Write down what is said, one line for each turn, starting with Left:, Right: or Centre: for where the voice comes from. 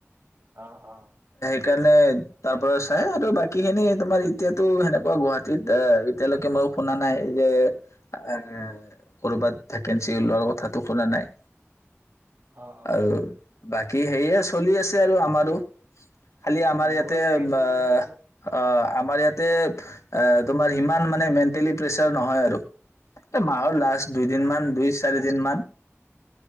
Right: অ অ
Left: সেইকাৰণে তাৰ পৰা চাই আৰু বাকী খিনি তোমাৰ এতিয়াতো সেনেকোৱা গুৱাহাটীত এ এতিয়ালৈকে মই শুনা নাই যে এ কৰবাত ভেকেঞ্চি ওলোৱাৰ কথাটো শুনা নাই
Right: অ অ
Left: আৰু বাকী সেয়ে চলি আছে আৰু আমাৰো খালি আমাৰ
Right: মোৰো
Left: ইয়াতে
Right: সেনেকেই
Left: অ
Right: চলি আছে বাৰু
Left: অ আমাৰ ইয়াত <unintelligible> তোমাৰ হি কাম মানে মেনটেলি প্ৰেচেছাৰ নহয় আৰু মাহৰ লাষ্ট দুইদিনমান দুই চাৰি দিন মান